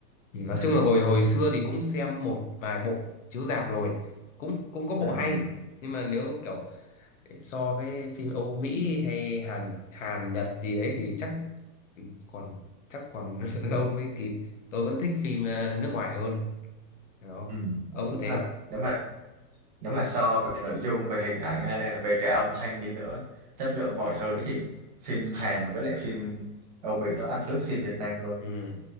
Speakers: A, on the left; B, on the right.
A: Ừ,
B: ừ,
A: nói chung là hồi hồi xưa thì cũng xem một vài bộ chiếu rạp rồi cũng cũng có bộ
B: ừ,
A: hay nhưng mà nếu kiểu Để so với phim Âu Mỹ hay Hàn Hàn Nhật gì ấy thì chắc ừ, còn chắc còn <laughs> lâu mới kịp tôi vẫn thích phim ờ, nước ngoài hơn đó
B: ừ.
A: ông
B: đúng
A: có thấy
B: thật
A: không
B: nếu mà nếu mà so về nội dung về hình ảnh hay là về cả âm thanh đi nữa chất lượng mọi thứ thì phim Hàn với lại phim Âu Mỹ nó ăn đứt phim Việt Nam luôn
A: ừ